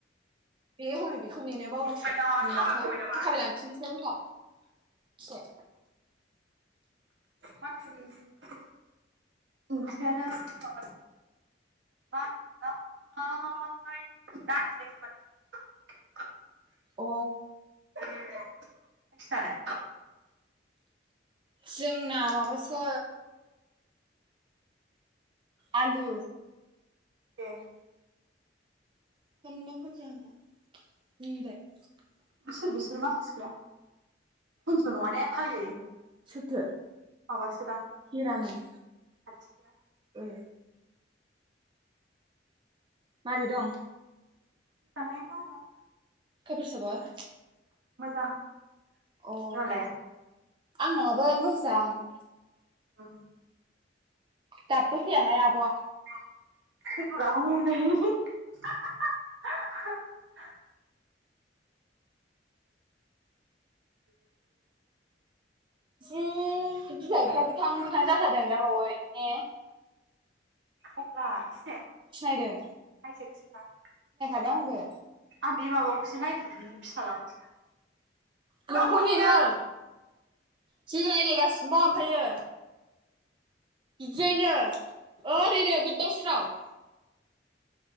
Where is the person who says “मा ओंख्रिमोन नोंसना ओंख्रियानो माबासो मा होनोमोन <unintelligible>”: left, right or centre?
Right